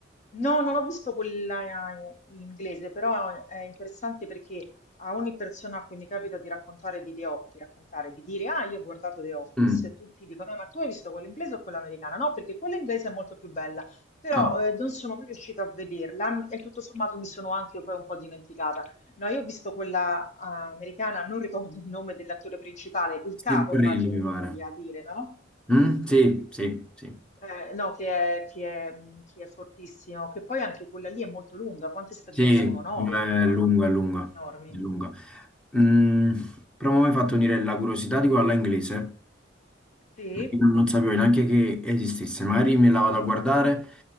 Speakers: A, on the left (about 35°); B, in the centre.
A: No, non ho visto quella eh, in inglese, però è interessante perché a ogni persona a cui mi capita di raccontare di, The O- di raccontare, di dire, ah, io ho guardato The Office,
B: Mm.
A: e tutti dicono, eh, ma tu hai visto quella inglese o quella americana? No, perché quella inglese è molto più bella, però
B: Ah,
A: eh, non sono mai riuscita a vederla e tutto sommato mi sono anche poi un po' dimenticata. No, io ho visto quella ah, americana, non ricordo il nome dell'attore principale, il
B: Steve
A: capo
B: Carell
A: immagino
B: mi pare.
A: tu voglia dire, no?
B: Mm? Sì, sì, sì.
A: Eh, no, che è, che è, mh, che è fortissimo, che poi anche quella lì è molto lunga. Quante stagioni
B: Sì,
A: sono?
B: è
A: Nove, tipo?
B: lunga, è lunga,
A: Enormi.
B: è lunga. Mm, però mi hai fatto venire la curiosità di quella là inglese.
A: Sì,
B: Io non sapevo neanche che esistesse, magari me la vado a guardare